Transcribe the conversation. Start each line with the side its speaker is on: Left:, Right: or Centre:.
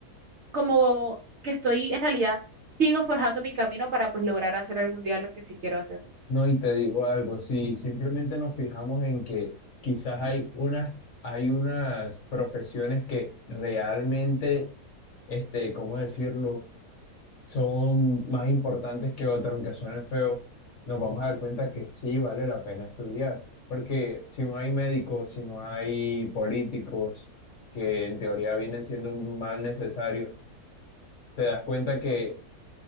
Right: como que estoy en realidad sigo forjando mi camino para pues lograr hacer algún día lo que sí quiero hacer.
Left: No, y te digo algo, si simplemente nos fijamos en que quizás hay unas, hay unas profesiones que realmente, este, ¿cómo decirlo?, son más importantes que otras, aunque suenen feo, nos vamos a dar cuenta que sí vale la pena estudiar. Porque si no hay médicos, si no hay políticos, que en teoría vienen siendo un mal necesario, te das cuenta que